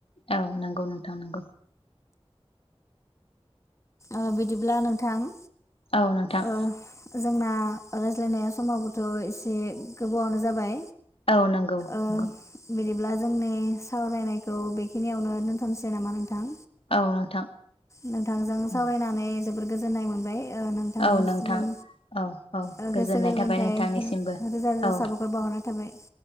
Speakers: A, on the left; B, on the left.
A: औ नंगौ नोंथां नंगौ।
B: ओ बिदिब्ला नोंथां।
A: औ नोंथां।
B: ओ जोंना रायज्लायनाया समावबोथ' एसे गोबावानो जाबाय।
A: औ नंगौ
B: ओ
A: नंगौ
B: बिदिब्ला जोंनि सावरायनाय खौ बेखिनियावनो दोनथ'नोसै नामा नोंथां?
A: औ नोंथां।
B: नोंथांजों सावरायनानै।
A: औ
B: जोबोर गोजोननाय मोनबाय। ओ नोंथांनिसिम
A: औ नोंथां औ औ
B: ओ गोसो
A: गोजोननाय
B: गोरबोनिफ्राय
A: थाबाय नोंथांनिसिमबो
B: रोजा रोजा
A: औ
B: साबायखर बावहरनाय थाबाय